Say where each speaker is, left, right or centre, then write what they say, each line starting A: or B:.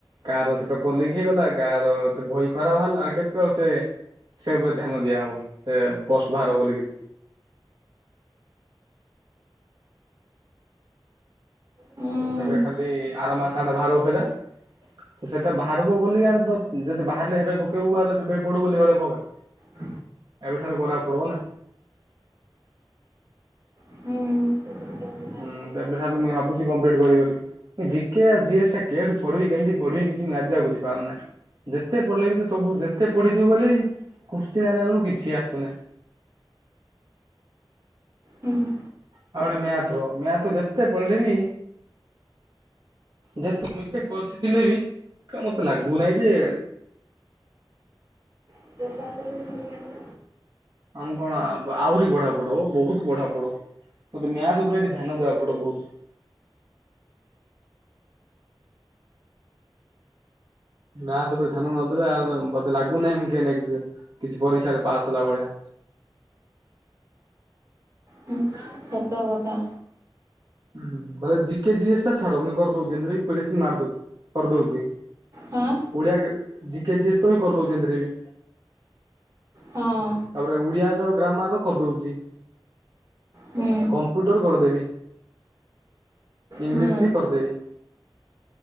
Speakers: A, on the right; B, on the right.
A: କାଆର ସେତ ପଲିକ୍ ହେଇଗଲା, କାଆର ସେ ଭହି ଖରାପ ବାହାରଲା କେତେ ଆଉ ସେ ସେ ଉପରେ ଧ୍ୟାନ ଦିଆହବ ସେ ପଷ୍ଟ ବାହାର ବୋଲିକି।
B: ହୁଁ
A: ଏବେ ଖାଲି ଆର ମାସଆଡେ ବହାରବ ସେଇଦା। ସେଟା ବାହାରବ ବୋଲି ଆ ଯଦି ବାହାରିଲେ ହେବେ ପକେଇବୁ, ଆ ହେବେ ପଡ଼ୁ ବୋଲିଲେ ପକା।
B: ହଁ <inaudible>
A: ଏବେଠାରୁ ଗରାକୁ ପଡ଼ିବ ନା।
B: ହୁଁ।
A: ହୁଁ ତ ଏବେ ଠାରୁ ମୁଇଁ ଭାବୁଚି କମ୍ପ୍ଲିଟ୍ କରିବି ବୋଲି। ଜିକେ ଆଉ ଯିଏସ୍ କେ ରୁ ପଢ଼ିବି କେମିତି ପଢ଼ିବି କିଛି ମ୍ୟାଜା ବୁଝି ପାରୁନାଇଁ। ଯେତେ ପଢ଼ିଲେ ବି ତ ସବୁ ଯେତେ ପଢ଼ିଥିବ ବୋଲେଇ କୁସିନ୍ ଆଇଲା ବେଳୁ କିଛି ଆସୁନାଇଁ।
B: ହୁଁ ହୁଁ।
A: ଆଉ ଗୋଟେ ମ୍ୟାଥ ର, ମ୍ୟାଥ ଯେତେ ପଢିଲେ ବି ଯେ ମୁଇଁ ଯେତେ କସିଥିଲେ ବି ମତେ ଲାଗୁନାହିଁ ଯେ
B: <unintelligible>
A: ଆମ୍ କଣ ଆହୁରି ବଢ଼ା ପଢ଼ଉ ବହୁତ ବଢ଼ା ପଢ଼ଉ। ମତେ ନ୍ୟାୟତ ଉପରେ ଏଠି ଧ୍ୟାନ ଦବାକୁ ପଡେ ବହୁତ୍। ନାଁ ତେବେ ଧ୍ୟାନ ନଦେଲେ ଆଉ ମତେ ଲାଗୁନାହିଁ ମୁଁ କି ନାଇଁ କିଛି ପରୀକ୍ଷାରେ ପାସ୍ ହେଲା ଭଳିଆ।
B: ହୁଁ। ସତ କଥା।
A: <unintelligible> କେ ଯିଏସ୍ ଟା ଛାଡ଼ ମୁଁ କର୍ ଦଉଚି ଏମିତିରେବି <unintelligible> ମାର୍ଦ କର୍ ଦଉଚି।
B: ହଁ
A: ଓଡ଼ିଆ ଜିକେ ଜିଏସ୍ ତ ହିଁ କର୍ ଦଉଚି ଏନ୍ତିରେ ବି।
B: ହଁ।
A: ତାପରେ ଓଡ଼ିଆ ତ ଗ୍ରାମାର କର୍ ଦଉଚି।
B: ହୁଁ
A: କମ୍ପ୍ୟୁଟର୍ କର୍ ଦେବି। ଇଂଲିଶ
B: ହୁଁ
A: ବି କର୍ ଦେବି